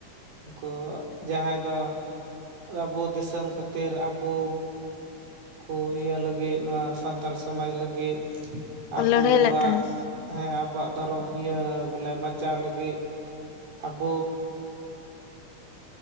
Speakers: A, on the right (about 75°); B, on the left (about 80°).
A: ᱩᱱᱠᱩ ᱡᱟᱦᱟᱸᱭ ᱫᱚ ᱟᱵᱚ ᱫᱤᱥᱚᱢ ᱠᱷᱟᱹᱛᱤᱨ ᱟᱵᱚ ᱠᱚ ᱤᱭᱟᱹ ᱞᱟᱹᱜᱤᱫ ᱱᱚᱣᱟ ᱥᱟᱱᱛᱟᱞ ᱥᱚᱢᱟᱡᱽ ᱞᱟᱹᱜᱤᱫ ᱟᱵᱚᱣᱟᱜ
B: ᱞᱟᱹᱲᱦᱟᱹᱭ ᱞᱮᱫ ᱛᱟᱦᱮᱸᱫ
A: ᱦᱮᱸ ᱟᱵᱚᱣᱟᱜ ᱫᱷᱚᱨᱚᱢ ᱤᱭᱟᱹ ᱵᱚᱞᱮ ᱵᱟᱧᱪᱟᱣ ᱞᱟᱹᱜᱤᱫ ᱟᱵᱚ